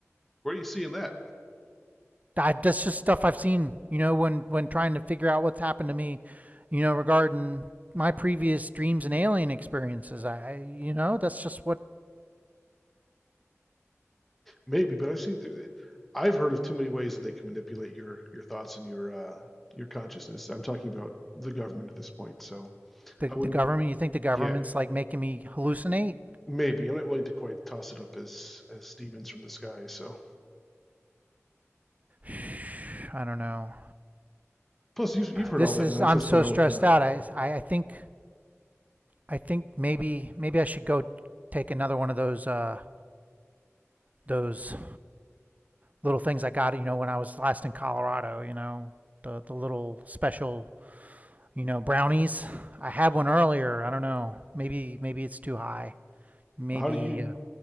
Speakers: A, in the centre; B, on the right.
A: where are you seeing that?
B: I, that's just stuff I've seen, you know, when when trying to figure out what's happened to me, you know, regarding my previous dreams and alien experiences. I, you know, that's just what
A: Maybe, but I've seen, I've heard of too many ways that they can manipulate your your thoughts and your uh, your consciousness. I'm talking about the government at this point, so
B: the
A: I
B: the
A: wouldn't.
B: government. You think the government's
A: Yeah,
B: like making me hallucinate?
A: maybe I'm not willing to quite toss it up as as demons from the sky. So
B: <sighs> I don't know.
A: plus, you've you've heard
B: This
A: all that
B: is
A: nonsense
B: I'm so
A: going on
B: stressed
A: with uh,
B: out. I I, I think I think maybe maybe I should go take another one of those uh those little things I got, you know, when I was last in Colorado, you know, the the little special you know, brownies. I had one earlier. I don't know. Maybe maybe it's too high. Maybe
A: how do you
B: uh,